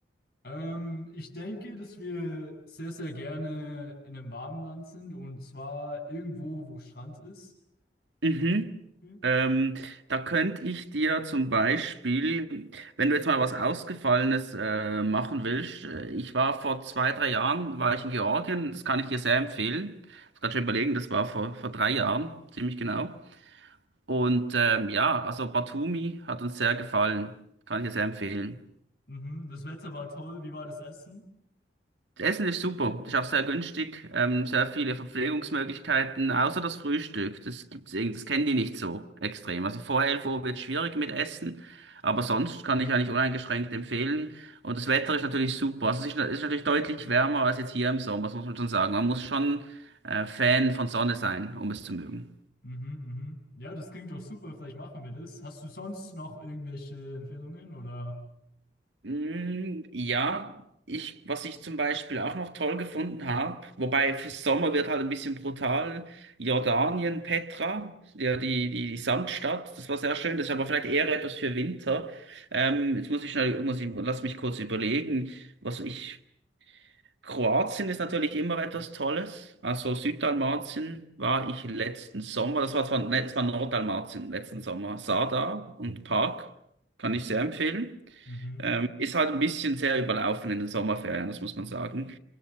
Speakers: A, on the left (about 55°); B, on the right (about 90°).
A: Ähm, ich denke, dass wir sehr, sehr gerne in einem warmen Land sind und zwar irgendwo, wo Strand ist.
B: Mhm.
A: Hm?
B: Ähm, da könnte ich dir zum Beispiel, wenn du jetzt mal was Ausgefallenes äh, machen willst, äh, ich war vor zwei, drei Jahren, war ich in Georgien, das kann ich dir sehr empfehlen. Ich muss gerade schon überlegen, das war vor, vor drei Jahren, ziemlich genau. Und ähm, ja, also Batumi hat uns sehr gefallen. Kann ich dir sehr empfehlen.
A: Mhm. Das Wetter war toll. Wie war das Essen?
B: Das Essen ist super, ist auch sehr günstig, ähm, sehr viele Verpflegungsmöglichkeiten, außer das Frühstück. Das gibt's irgendwie, das kennen die nicht so extrem. Also vor 11 Uhr wird schwierig mit Essen, aber sonst kann ich eigentlich uneingeschränkt empfehlen. Und das Wetter ist natürlich super. Also es ist, es ist natürlich deutlich wärmer als jetzt hier im Sommer, das muss man schon sagen. Man muss schon äh, Fan von Sonne sein, um es zu mögen.
A: Mhm, mhm. Ja, das klingt doch super. Vielleicht machen wir das. Hast du sonst noch irgendwelche Empfehlungen oder?
B: Mm, Ja, ich, was ich zum Beispiel auch noch toll gefunden habe, wobei für Sommer wird halt ein bisschen brutal, Jordanien, Petra, ja, die, die, die Sandstadt, das war sehr schön, das ist aber vielleicht eher etwas für Winter. Ähm, jetzt muss ich schnell, muss ich, lass mich kurz überlegen, was ich, Kroatien ist natürlich immer etwas Tolles, also Süddalmatien war ich letzten Sommer, das war zwar, ne, das war Norddalmatien letzten Sommer, Sada und Park, kann ich sehr empfehlen.
A: Mhm.
B: Ähm, ist halt ein bisschen sehr überlaufen in den Sommerferien, das muss man sagen.